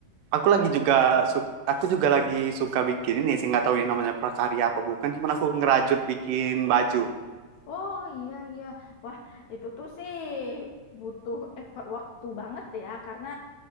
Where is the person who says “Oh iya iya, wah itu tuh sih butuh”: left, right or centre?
Left